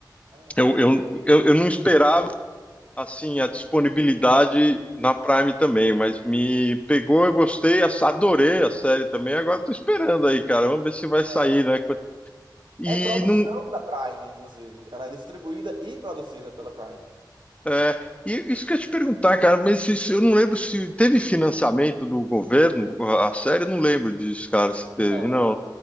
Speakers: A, on the right (about 80°); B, on the left (about 15°).
A: Maravilhosas.
B: eu, eu, eu, eu não esperava assim, a disponibilidade na Prime também, mas me pegou, eu gostei, ass- adorei a série também. Agora tô esperando aí, cara. Vamos ver se vai sair,
A: É,
B: né? E
A: é produção
B: não.
A: da Prime, inclusive. Ela é distribuída e produzida pela Prime.
B: é, e isso que eu ia te perguntar, cara, mas isso- eu não lembro se teve financiamento do governo, a série, eu não lembro disso, cara, se teve,
A: Não,
B: não.
A: não.